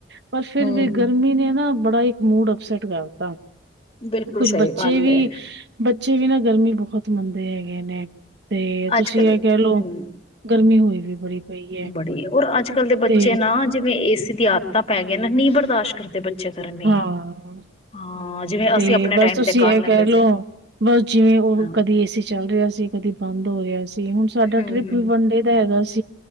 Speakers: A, on the right; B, on the left.
A: ਪਰ ਫਿਰ
B: ਹੂੰ
A: ਵੀ ਗਰਮੀ ਨੇ ਨਾ। ਬੜਾ ਇੱਕ ਮੂਡ ਅਪਸਟ ਕਰਤਾ
B: ਬਿਲਕੁਲ
A: ਕੁਛ
B: ਸਹੀ
A: ਬੱਚੇ
B: ਗੱਲ
A: ਵੀ
B: ਏ
A: ਬੱਚੇ ਵੀ ਨਾ ਗਰਮੀ ਬਹੁਤ ਮੰਨਦੇ ਹੈਗੇ ਨੇ। ਤੇ ਤੁਸੀਂ
B: ਅੱਜ ਕੱਲ
A: ਇਹ ਕਹਿ ਲੋਓ
B: ਹੂੰ
A: ਗਰਮੀ ਹੋਈ ਵੀ ਬੜੀ ਪਈ।
B: ਅੋਰ ਅੱਜ ਕੱਲ ਦੇ ਬੱਚੇ
A: ਤੇ
B: ਨਾ ਜਿਵੇਂ ਏਸੀ ਦੀ ਆਧਤ। ਤਾਂ ਪੈ ਗਿਆ ਨਾ ਨੀ ਬਰਦਾਸ਼ ਕਰਦੇ ਬੱਚੇ। ਗਰਮੀ
A: ਹਾਂ
B: ਹਾਂ ਜਿਵੇਂ
A: ਤੇ
B: ਅਸੀਂ ਆਪਣੇ
A: ਬਸ
B: ਟਾਈਮ
A: ਤੁਸੀਂ
B: ਤੇ ਕਰ
A: ਇਹ
B: ਲੈਂਦੇ
A: ਕਹਿ ਲਓ
B: ਸੀ
A: ਬਸ ਜਿਵੇਂ ਉਹ
B: ਹਾਂ
A: ਕਦੀ ਏਸੀ ਚੱਲ ਰਿਹਾ ਸੀ ਕਦੀ। ਬੰਦ ਹੋ ਰਿਹਾ ਸੀ। ਹੁਣ ਸਾਡਾ
B: ਹੂੰ
A: ਟ੍ਰਿਪ ਵੀ ਵਨਡੇ ਦਾ ਹੈਗਾ ਸੀ।